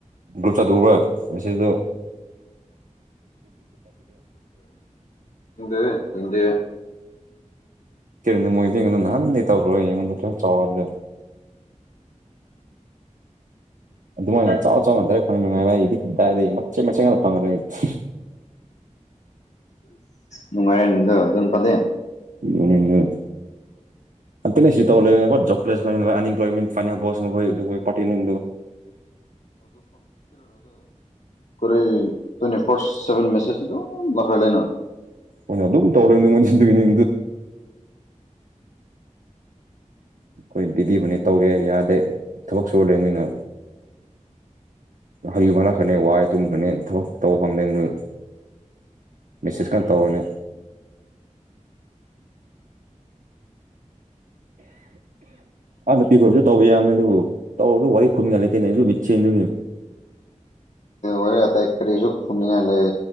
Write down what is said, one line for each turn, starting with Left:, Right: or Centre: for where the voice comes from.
Right: ꯒ꯭ꯔꯨꯞ ꯆꯥꯊꯣꯛꯑꯒ ꯃꯁꯤꯗ
Left: ꯗꯗꯤ ꯌꯦꯗꯤ
Right: ꯀꯔꯤꯗ ꯃꯣꯏꯗꯤ ꯌꯦꯉ ꯅꯥꯟ ꯇꯧꯔ ꯌꯦꯉ ꯆꯗ
Left: <inaudible>
Right: ꯑꯗꯨꯃꯥꯏꯅ ꯆꯥꯎ ꯆꯥꯎꯅ ꯇꯔꯦ ꯐꯪ ꯅꯨꯡꯉꯥꯏ ꯥꯏꯗꯤꯗꯥꯗꯤ ꯃꯆꯦꯠ ꯃꯆꯦ ꯉꯥꯛꯇ ꯐꯪꯉ ꯑꯩꯗꯤ
Left: ꯅꯨꯡꯉꯥꯏꯔꯦꯗꯣ ꯑꯗꯨꯣꯟꯕꯗꯦ
Right: ꯏꯅꯅ
Left: <inaudible>
Right: ꯑꯅ ꯁꯤ ꯂ ꯂꯩꯖ ꯄ꯭ꯂꯁ ꯑꯄ꯭ꯂꯣꯏꯦꯟ ꯐꯥꯏ ꯄꯅꯤ
Left: ꯀꯔꯣꯏ ꯇ꯭ꯋꯦꯟꯇꯤ ꯐꯣꯔꯁ ꯁꯚꯦꯟ ꯃꯦꯁꯦꯖꯗꯣ ꯂꯥꯛꯈ꯭ꯔ ꯂꯩꯅ
Right: ꯃ ꯑꯗꯨꯝ ꯇꯧꯂꯔ ꯑꯗꯨ ꯃꯗꯨꯅꯤ ꯑꯩꯈꯣꯏ ꯗꯤꯗꯤꯕꯨꯅꯦ ꯇꯧꯒꯦ ꯌꯥꯗꯦ ꯊꯕꯛ ꯁꯨꯔꯨꯔꯦꯅꯤꯅ ꯍꯔꯤꯃꯅꯥꯛ ꯈꯅꯦ ꯋꯥꯏ ꯇꯨꯝꯈꯅꯤ ꯇꯧ ꯐꯪꯗꯦ ꯑꯗꯨ ꯃꯦꯁꯦꯁ ꯀꯥꯟ ꯇꯧꯅꯦ ꯑ ꯅꯄꯤ ꯀꯧꯁꯨ ꯇꯧꯕ ꯌꯥꯕꯅꯦ ꯑꯗꯨꯕꯨ ꯇꯧꯔꯁꯨ ꯋꯥꯔꯤ ꯈꯨꯝꯒ ꯂꯩꯇꯦꯅꯦꯁꯨ ꯕꯤꯠꯁꯤ ꯑꯗꯨꯒꯤ
Left: ꯍꯔꯦ ꯑꯇꯩ ꯀꯔꯤꯁꯨ ꯈꯨꯝꯅꯤꯡꯉꯥꯏ ꯂꯩ